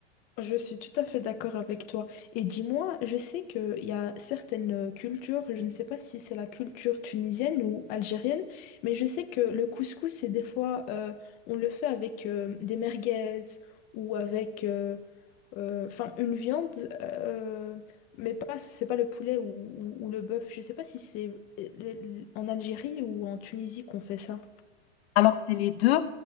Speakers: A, on the left; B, on the left.
A: je suis tout à fait d'accord avec toi. Et dis-moi, je sais qu'il y a certaines euh, cultures, je ne sais pas si c'est la culture tunisienne ou algérienne, mais je sais que le couscous, c'est des fois, euh, on le fait avec euh, des merguez ou avec euh, euh, enfin une viande, euh, mais pas, c'est pas le poulet ou, ou- ou le bœuf. Je sais pas si c'est euh, les- les- en Algérie ou en Tunisie qu'on fait ça.
B: Alors, c'est les deux.